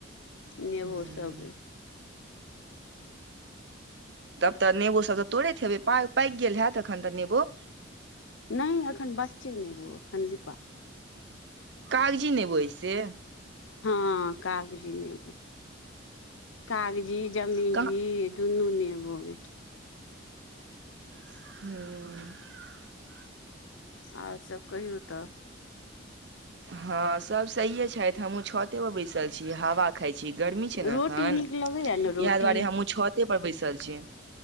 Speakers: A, on the left; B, on the right.
A: नेबो
B: हूँ
A: सबेए
B: तब तऽ नेबो सब तऽ तोड़ैत हेबै पाकि गेल होयत एखन तऽ नेबो
A: नहि एखन बच्चे नेबौ एखन रीपा
B: कागजी नेबो आई से
A: हँ कागजी नेबो कागजी जमीरी
B: कहाँ
A: दुनू नेबो अछी
B: ह
A: आओर सब कहियौ तऽ
B: हँ सभ सहिए छथि हमहूँ छतेपर बैसल छी हवा खाइत छी गर्मी छै ने
A: रोटी
B: एखन
A: नीक लगैया ने
B: इएह
A: रोटी
B: दुआरे हमहुँ छते पर बैसल छी